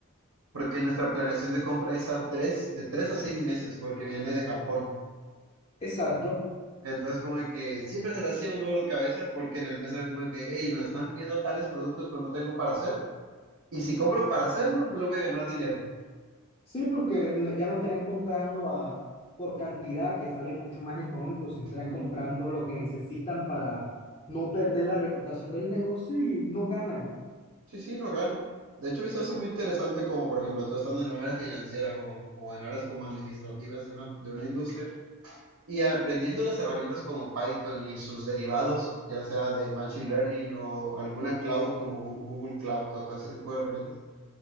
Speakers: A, on the right; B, on the left.
A: Porque nuestra planeación de compra es a tres, de tres a seis meses, porque viene de Japón.
B: Exacto.
A: Entonces, como de que siempre se le hacía un dolor de cabeza, porque en el mes era como de que, hey, nos están pidiendo tales productos, pero no tengo para hacer. Y si compro para hacerlo, no le voy a ganar dinero.
B: Sí, porque no- ya no estarían comprando a, por cantidad que sale mucho más económico, se estarían
A: Ujú.
B: comprando lo que necesitan para no perder la reputación del negocio y no ganan.
A: Sí, sí, no ganan. De hecho, a mí se me hace muy interesante como, por ejemplo, tú estando en área financiera o, o en áreas como administrativas de una, de una industria y aprendiendo las herramientas como Python y sus derivados, ya sea de Machine Learning o alguna cloud como Gu- Google Cloud o todo ese tipo de herramientas.